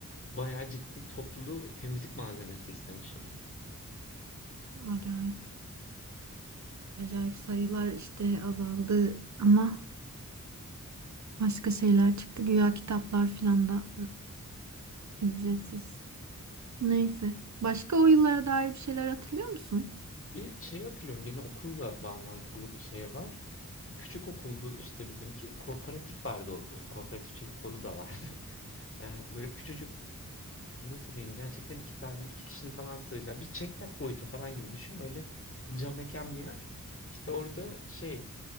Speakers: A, on the left; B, on the right.
A: bayağı ciddi toplu temizlik malzemesi istemişler.
B: Acayip. Acayip sayılar işte azaldı ama başka şeyler çıktı. Güya kitaplar filan da ücretsiz. Neyse. Başka o yıllara dair bir şeyler hatırlıyor musun?
A: Bir şey hatırlıyorum gene okulla bağlantılı bir şey var. Küçük okuldu işte bizimki kooperatif vardı o- o kooperatifçilik kolu da vardı. <laughs> Ee, Böyle küçücük nasıl diyeyim gerçekten iki tane iki kişinin falan sığacağı bir çeklat boyutu falan gibi düşün böyle cam mekan bir yer. İşte orada şey